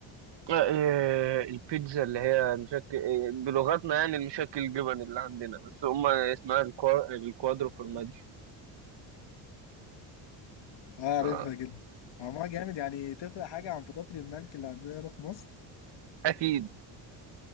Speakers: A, on the right (about 60°); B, on the left (about 60°).
A: آه، آه، البيتزا اللي هي مشكل آه، بلغتنا يعني المشكل الجبن اللي عندنا بس هما اسمها الكوا- الكوادرو فورماجي
B: <laughs> اه عارفها
A: آه،
B: جدا آه، ما جامد يعني تفرق حاجه عن فطاطري الملك اللي عندنا هنا في مصر <laughs>
A: أكيد